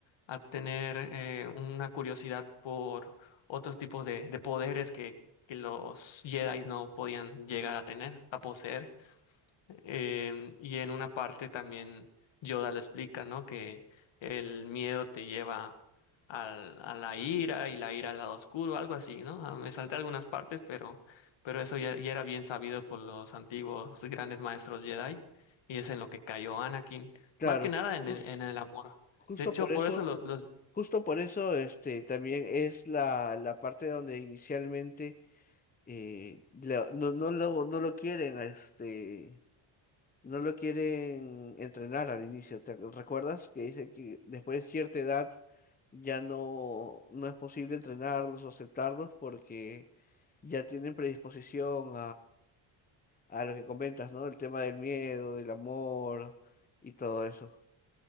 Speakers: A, on the left (about 60°); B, on the left (about 20°).
A: a tener eh, una curiosidad por otros tipos de, de poderes que, que los Jedi no podían llegar a tener, a poseer. Eh, y en una parte también Yoda lo explica, ¿no? Que el miedo te lleva al- a la ira y la ira al lado oscuro, algo así, ¿no? Ah, Me salté algunas partes, pero, pero eso ya, ya era bien sabido por los antiguos grandes maestros Jedi y es en lo que cayó Anakin,
B: claro,
A: más que nada en
B: jus-
A: el, en el amor.
B: justo
A: De hecho,
B: por eso,
A: por eso lo- los,
B: justo por eso, este, también es la, la parte donde inicialmente eh, la- no, no lo, no lo quieren, este, no lo quieren entrenar al inicio. ¿Te ac- recuerdas que dice que después de cierta edad ya no, no es posible entrenarlos o aceptarlos porque ya tienen predisposición a lo que comentas, ¿no? El tema del miedo, del amor y todo eso.